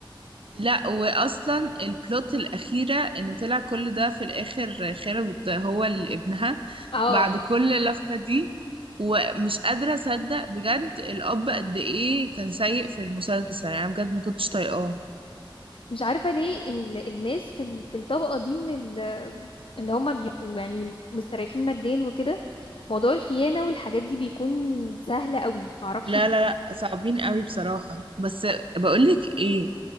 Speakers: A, on the right; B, on the left.
A: لا واصلا البلوت الاخيرة ان طلع كل ده في الاخر خالد هو اللي ابنها
B: اه
A: بعد كل اللفة دي ومش قادرة اصدق بجد الاب قد ايه كان سيء في المسلسل يعني أنا بجد ما كنتش طايقاه
B: مش عارفه ليه ال- الناس في ال- في الطبقه دي من ال- اللي هم بيبقوا يعني مستريحين ماديا وكده موضوع الخيانة والحاجات دي بيكون سهلة قوي معرفش
A: لا
B: ليه
A: لا لا صعبين قوي بصراحة بس بقولك ايه